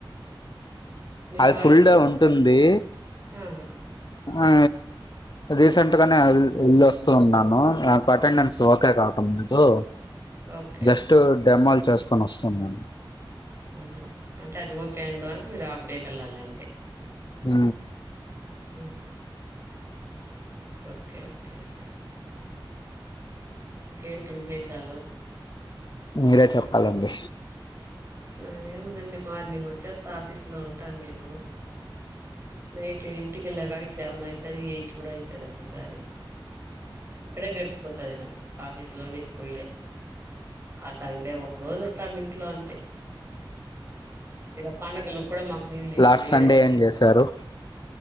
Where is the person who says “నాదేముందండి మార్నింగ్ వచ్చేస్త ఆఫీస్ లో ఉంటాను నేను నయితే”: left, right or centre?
Right